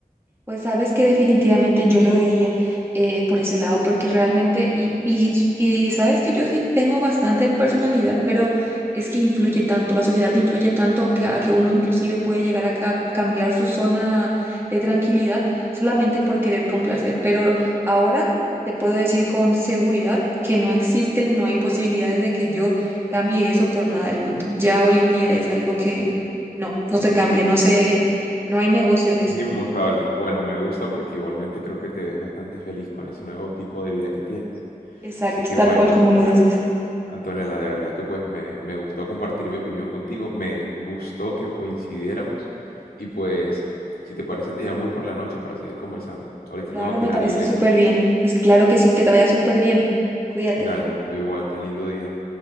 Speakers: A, on the right; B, on the left.
A: Pues sabes que definitivamente yo lo veía eh, por ese lado, porque realmente, y, y, y sabes que yo sí tengo bastante personalidad, pero es que influye tanto, la sociedad influye tanto que, a que uno inclusive puede llegar a ca- cambiar su zona de tranquilidad solamente por querer complacer. Pero ahora te puedo decir con seguridad que no existen, no hay posibilidades de que yo cambie eso por nada del mundo. Ya hoy en día es algo que no, no se cambia, no se, no hay negocio en eso.
B: Es inmutable. Bueno, me gusta porque igualmente creo que te ves bastante feliz con ese nuevo tipo de vida que tienes.
A: Exacto,
B: Así que
A: tal
B: bueno,
A: cual como
B: bueno,
A: lo dices.
B: Antonella, de verdad que pues me, me gustó compartir mi opinión contigo, me gustó que coincidiéramos y pues si te parece te llamo hoy por la noche para seguir conversando. Ahorita
A: Claro,
B: tengo que
A: me
B: ir
A: parece
B: a la iglesia.
A: súper bien. Es claro que sí, que te vaya súper bien. Cuídate.
B: Dale, tú igual, ten lindo día.